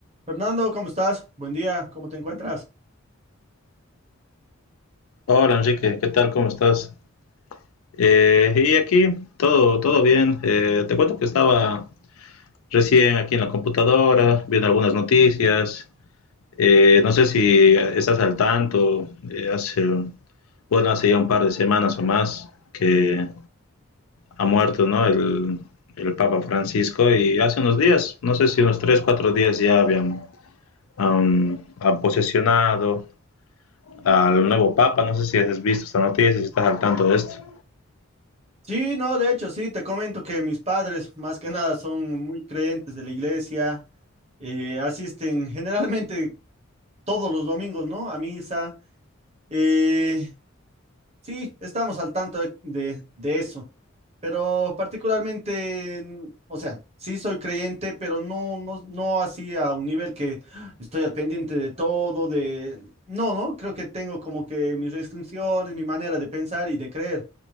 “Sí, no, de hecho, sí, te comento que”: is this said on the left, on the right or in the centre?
Right